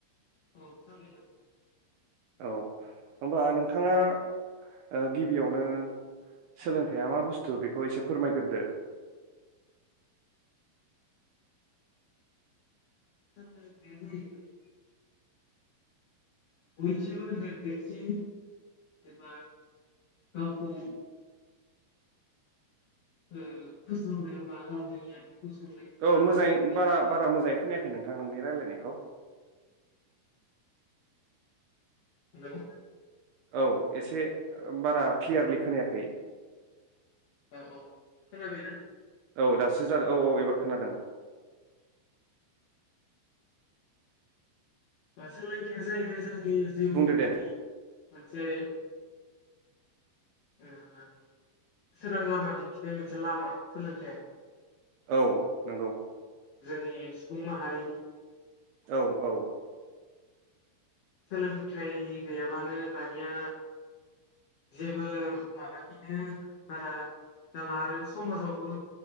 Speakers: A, on the left; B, on the right.
A: औ सावरायजा
B: औ होमबा नोंथाङा ओ गिबियावनो सोलोंथाया मा बुस्थु बेखौ एसे फोरमायगोरदो
A: सोलोंथाइया जाहैबाय <unintelligible> देरसिन एबा गावखौ ओ फोजौनायावबा गावनि <unintelligible>
B: औ
A: लामा
B: मोजाङै
A: दिन्थिनाय
B: बारा
A: मोनसे
B: बारा मोजाङै खोनायाखै नोंथां नोंनि राय्लायनायखौ
A: हेलौ
B: औ एसे बारा क्लियारलि खोनायाखै
A: औ औ खोना बायना
B: औ दासो जादों औ औ एबार खोनादों
A: ओ सोलोंथाइ जों होयो जोंनि
B: बुंदो
A: मोनसे
B: दे
A: उम सोरां लामा दिन्थिनाय मोनसे लामा सोलोंथाइआ
B: औ नंगौ
A: जोंनि सुबुं माहारिनि
B: औ औ
A: सोलोंथाइ गैयाबानो दानिया जेबो माबाखिनो बारा जाला आरो समाजावबो